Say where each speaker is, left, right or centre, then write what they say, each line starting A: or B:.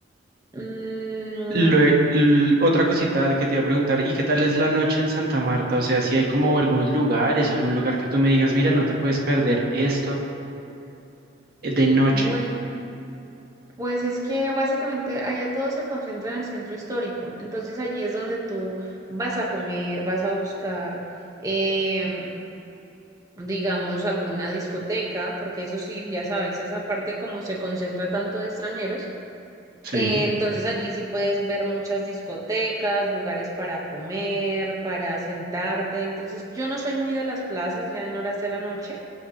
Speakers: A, on the right (about 20°); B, on the right (about 55°).
A: Mm,
B: Lue- l- otra cosita que te iba a preguntar, ¿y qué tal es la noche en Santa Marta? O sea, si hay como algunos lugares, algún lugar que tú me digas, mira, no te puedes perder esto eh, de noche.
A: bueno. Pues es que básicamente allá todo se concentra en el centro histórico, entonces allí es donde tú vas a comer, vas a buscar, em, digamos, alguna discoteca, porque eso sí, ya sabes, esa parte como se concentra tanto de extranjeros,
B: Sí,
A: eh, entonces allí sí puedes ver muchas discotecas, lugares para comer, para sentarte, entonces yo no soy muy de las plazas ya en horas de la noche